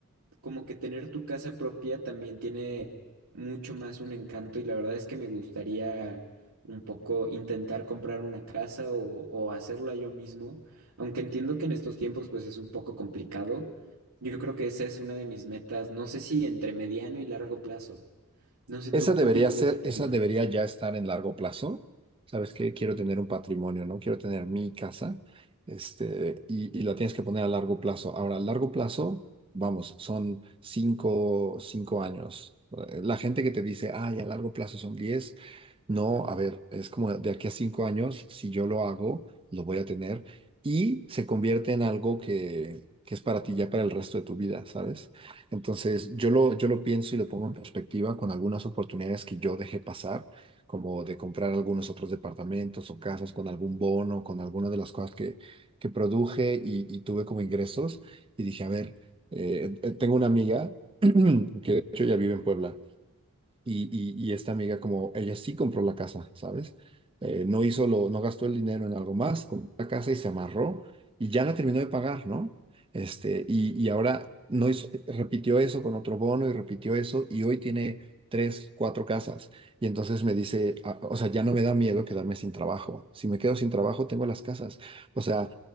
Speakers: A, on the right; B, on the right.
A: como que tener tu casa propia también tiene mucho más un encanto y la verdad es que me gustaría un poco intentar comprar una casa o, o hacerla yo mismo, aunque entiendo que en estos tiempos pues es un poco complicado. Yo creo que esa es una de mis metas, no sé si entre mediano y largo plazo. No sé
B: Esa
A: tú
B: debería
A: qué opinas
B: ser,
A: de ese tema.
B: esa debería ya estar en largo plazo. ¿Sabes qué? Quiero tener un patrimonio, ¿no? Quiero tener mi casa, este, y, y la tienes que poner a largo plazo. Ahora, a largo plazo, vamos, son cinco, cinco años. La gente que te dice, ay, a largo plazo son diez, no, a ver, es como de aquí a cinco años, si yo lo hago, lo voy a tener y se convierte en algo que, que es para ti ya para el resto de tu vida, ¿sabes? Entonces, yo lo, yo lo pienso y lo pongo en perspectiva con algunas oportunidades que yo dejé pasar, como de comprar algunos otros departamentos o casas con algún bono, con alguna de las cosas que, que produje y, y tuve como ingresos. Y dije, a ver, eh, eh, tengo una amiga <clears throat> que de hecho ya vive en Puebla y, y, y esta amiga, como ella sí compró la casa, ¿sabes? Eh, no hizo lo, no gastó el dinero en algo más, compró la casa y se amarró y ya la terminó de pagar, ¿no? Este, y, y ahora no hizo, repitió eso con otro bono y repitió eso y hoy tiene tres, cuatro casas. Y entonces me dice, ah, o sea, ya no me da miedo quedarme sin trabajo. Si me quedo sin trabajo, tengo las casas. O sea,